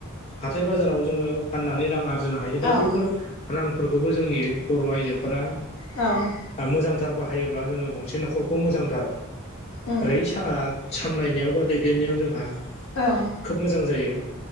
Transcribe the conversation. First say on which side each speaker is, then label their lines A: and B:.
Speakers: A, on the left; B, on the left.
A: हाथाय बाजाराव जोङो फाननानै रां आरजिनो हायो दा
B: औ
A: बैफोर रांफोरखौबो जोंनि बर' आइजोफोरा
B: औ
A: मोजांथार बाहायोब्ला जोङो गंसे न'खरखौ मोजांथार
B: उम
A: ओरै ओ सामलायनायाव बा दैदेननायाव जोंहा
B: औ
A: खोब मोजां जायो